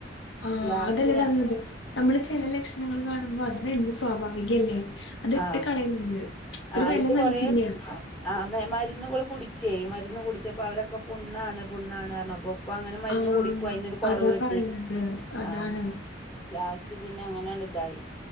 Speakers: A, on the left; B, in the centre.
A: ആഹ്
B: ലാസ്റ്റ്
A: അതല്ലെ
B: ഞാൻ
A: പർഞത് നമ്മള് ചെല ലക്ഷ്ണങ്ങള് കാണ് മ്പോ അത് സ്വാഭാവികല്ലെ അത് ഇട്ട്
B: ആ
A: കളയരുത് ഒര്
B: ആഹ്
A: വെല
B: ഇത്
A: നൽകില്ല
B: കൊറേ ആഹ് മരുന്നുകൾ കുടിച്ചെ മരുന്ന് കുടിച്ചപ്പൊ അവരൊക്കെ പുണ്ണാണ് പുണ്ണാണ് അർഞപ്പം പ്പങ്ങനെ മരുന്ന്
A: ആഹ്
B: കുടിക്കും അയ്നൊര് കൊറവ്
A: അതാ
B: കിട്ടി
A: പറയണത്. അതാണ്.
B: ആഹ് ലാസ്റ്റ് പിന്നെ അങ്ങനണ്ട്തായി